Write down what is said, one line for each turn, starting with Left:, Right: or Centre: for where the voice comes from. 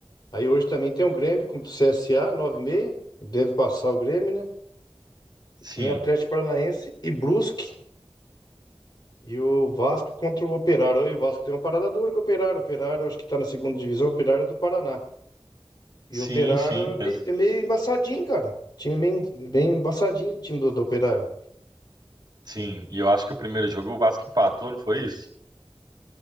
Left: Aí hoje também tem o Grêmio contra o CSA, nove e 30 Deve passar o Grêmio, né?
Right: Sim,
Left: Tem Atlético Paranaense e Brusque. E o Vasco contra o Operário. Aí o Vasco tem uma parada dura com o Operário. O Operário acho que tá na segunda divisão, o Operário é do Paraná.
Right: sim,
Left: E o Operário
Right: sim,
Left: é meio,
Right: eu-
Left: é meio embaçadinho, cara. Time bem, bem embaçadinho, o time do, do Operário.
Right: sim. E eu acho que o primeiro jogo o Vasco empatou, não foi isso?